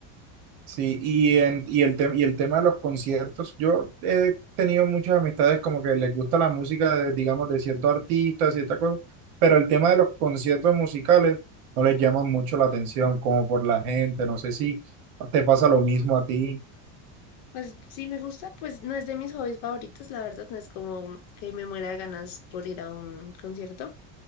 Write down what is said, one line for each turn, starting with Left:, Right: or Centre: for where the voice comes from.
Right: Sí, y, en, y, el te- y el tema de los conciertos, yo he tenido muchas amistades como que les gusta la música de, digamos, de ciertos artistas, ciertas cosas, pero el tema de los conciertos musicales no les llama mucho la atención, como por la gente, no sé si te pasa lo
Left: Ujú.
Right: mismo a ti.
Left: Pues sí me gusta, pues no es de mis hobbies favoritos, la verdad, no es como que me muera de ganas por ir a un concierto,